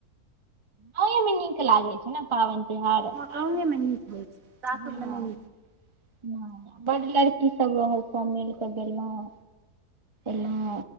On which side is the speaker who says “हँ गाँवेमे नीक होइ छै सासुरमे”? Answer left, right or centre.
Right